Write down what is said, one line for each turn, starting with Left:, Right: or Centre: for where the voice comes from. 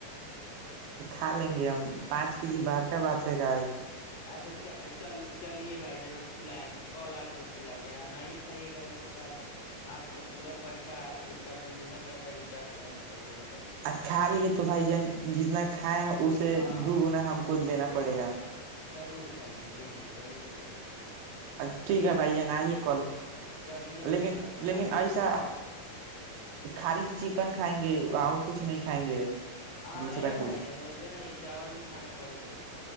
Right: کھ لیں گے ہم پانچ کے جی بار کا بات ہے گا ہے
Left: اچھا چ چال چلیے بھائی جان ہم کھلائیں گے کل آپ کو کھلاتے ہیں نہیں کھائیے گا اس کے بعد آپ کو پورا پیسہ اس کا دگنا پیسہ ریٹرن کرنا پڑے گا بتائیے
Right: آ کھا لیے تو بھائی جان جتنا کھائےیں اسے
Left: ہاں
Right: دو گنا ہم کو دینا پڑے گا
Left: ضور بھائی جان دیں گے ضرور دیں گے
Right: ہ ٹھیک ہے
Left: چل
Right: بھائی جان آئیے کال
Left: چلیے بھائی
Right: لیکن
Left: جان آپ سے
Right: لیکن
Left: باتیں کر
Right: ایسا
Left: کے بہت
Right: خالی چکن کھائیں گے اور کچھ نہیں کھائیں گے
Left: ارے
Right: دوسرا کچھ
Left: بھائی جان ویسے نہیں چاول بھی کھانا پڑے گا